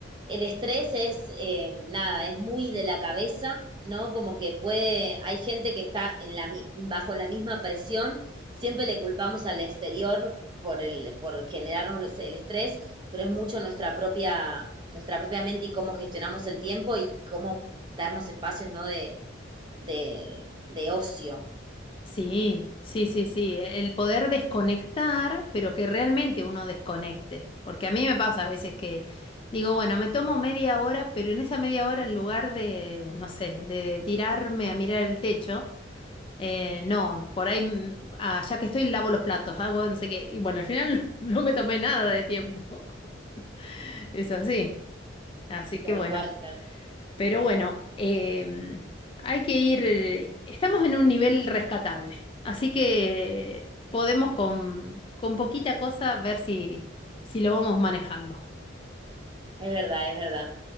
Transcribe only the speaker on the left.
Sí, sí, sí, sí. El poder desconectar, pero que realmente uno desconecte. Porque a mí me pasa a veces que digo, bueno, me tomo media hora, pero en esa media hora, en lugar de, no sé, de tirarme a mirar el techo, eh, no, por ahí, mm, ah, ya que estoy, lavo los platos, hago no sé qué. Y bueno, al final <laughs> no me tomé nada de tiempo. <laughs> Eso sí. Así
que bueno.
Pero bueno, em, hay que ir, eh, estamos en un nivel rescatable, así que podemos con, con poquita cosa ver si, si lo vamos manejando.